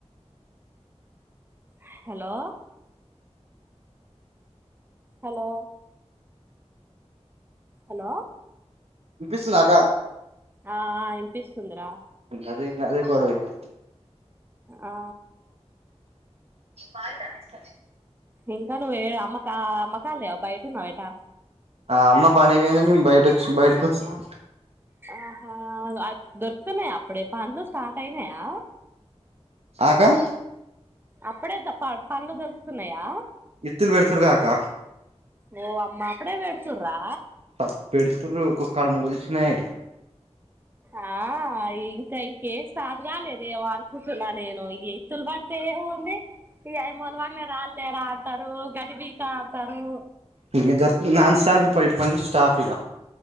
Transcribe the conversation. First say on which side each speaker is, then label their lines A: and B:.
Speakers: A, on the right (about 20°); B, on the right (about 65°).
A: హలో హలో హలో
B: పిస్సుందా అక్క
A: ఆ ఆ ఇన్పిస్తుంది రా
B: అదే ఇంగ అదే కొడవ ఇంక
A: ఆ
B: పాయిసం ఇస్తది
A: ఇంకా నువ్ ఏ అమ్మకా అమ్మకాలేవా బయటున్నవ ఎటా
B: ఆ అమ్మ పని వోయింది బయటొచ్చి బయటకొచ్చినం
A: ఆహా దొరుతున్నయా అప్పుడే పన్లు స్టార్ట్ అయినయా
B: ఆకా
A: అప్పుడే త ప పన్లు దొరుకుతున్నయా
B: ఇత్తుల్ వెడుతురుగా అక్క
A: ఓ అమ్మ అప్పుడే వెడుతుర్రా
B: అ పెడుతుర్రు ఒక్కొక్క ములిసినయ్
A: అ ఆ ఇంక ఇంకేం స్టార్ట్ కాలేదేమో అనుకుంటున్నా నేను ఈ ఇస్తులు బడ్తే ఉంది. ఇగ అయి మొలవనే రాలే రా అంటారు గడ్డి పీక అంటరూ
B: ఇంక దొరుకుతున్ నాన్ స్టాఫ్ పోయి ఇప్పట్ నుంచి స్టాఫ్ ఇగ